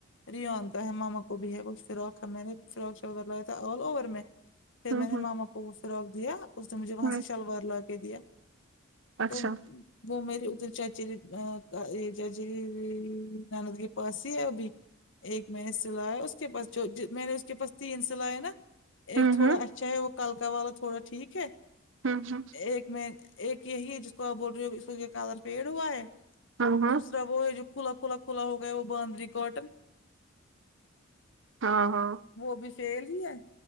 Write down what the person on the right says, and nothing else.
ہوں
ہوں
ہ
اچھا
ہوں
ہوں
ہوں ہ
ہاں ہاں
ہاں ہاں